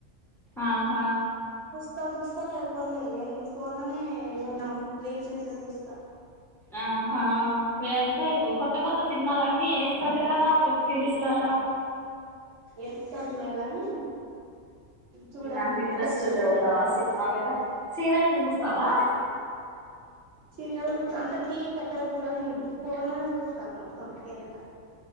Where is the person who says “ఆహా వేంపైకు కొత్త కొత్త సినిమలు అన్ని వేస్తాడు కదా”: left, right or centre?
Centre